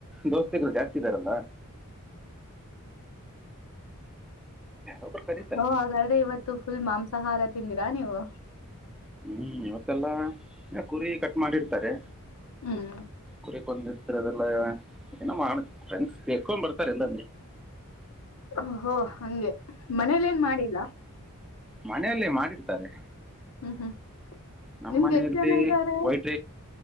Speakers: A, in the centre; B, on the left.
A: ದೋಸ್ತಿಗಳು ಜಾಸ್ತಿ ಇದ್ದಾರಲ್ಲ ಒಬ್ರು ಕರೀತಾರೆ
B: ಹೋ ಹಾಗಾದ್ರೆ ಇವತ್ತು ಫುಲ್ ಮಾಂಸ ಸಹಾರ ತಿಂದಿರಾ ನೀವು
A: ಹ್ಮ್ ಇವತ್ತೆಲ್ಲ ಕುರಿ ಕಟ್ ಮಾಡಿರ್ತಾರೆ
B: ಹ್ಮ್
A: ಕುರಿ ಬಂದ ಅತರದೆಲ್ಲ ಏನ್ ಮಾಡ ಫ್ರೆಂಡ್ಸ್ ತಕೊಂಡ್ ಬರ್ತಾರೆ ಎಂಗದ್ರೆ
B: ಹೋ ಹೋ ಹಂಗೆ ಮನೇಲಿ ಏನ್ ಮಾಡಿಲ್ಲ
A: ಮನೆಲ್ಲಿ ಮಾಡಿರ್ತಾರೆ
B: ಹ್ಮ್ ಹ್ಮ್
A: ನಮ್ಮ
B: ನಿಮ್ಗೆ
A: ಮನೆಯಲ್ಲಿ
B: ಎಷ್ಟ ಜನ ಇದ್ದಾರೆ
A: ವೈಟ್